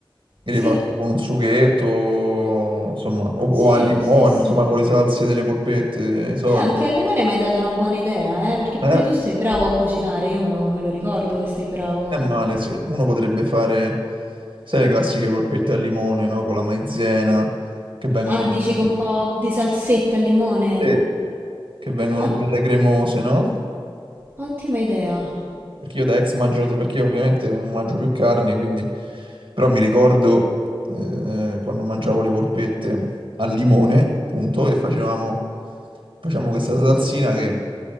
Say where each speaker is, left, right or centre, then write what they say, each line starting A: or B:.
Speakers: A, on the right; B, on the right.
A: e
B: Sì,
A: le faccio con un sughetto, insomma, o, o
B: sì,
A: al limone,
B: sì, sì.
A: insomma,
B: Eh,
A: con le salse delle polpette solite.
B: anche al limone mi hai dato una buona idea, eh, perché pure
A: Eh,
B: tu sei bravo a cucinare, io me lo, me lo ricordo che sei bravo.
A: è male, sì. Uno potrebbe fare, sai, le classiche polpette al limone, no? Con la maizena, che vengono,
B: Ah, dici con un po' di salsetta al limone.
A: Sì. che vengono
B: Ah,
A: belle cremose, no?
B: ottima idea.
A: Perché io da ex mangio, perché io ovviamente non mangio più carne, quindi... Però mi ricordo eh, quando mangiavo le polpette al limone, appunto, e facevamo, facevamo questa salsina che